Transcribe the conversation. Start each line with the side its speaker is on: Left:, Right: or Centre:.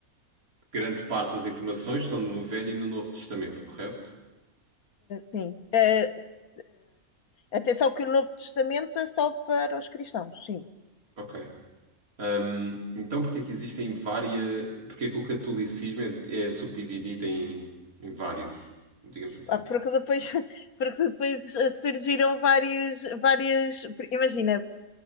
Right: grande parte das informações estão no Velho e no Novo Testamento, correto?
Left: sim. Ah, s- ah, atenção que o Novo Testamento é só para os cristãos, sim.
Right: Ok. Hum, então, porque é que existem várias. Porque é que o catolicismo é, é subdividido em, em vários, digamos assim.
Left: Ah, Porque depois, <laughs> porque depois eh, surgiram vários, vários, imagina,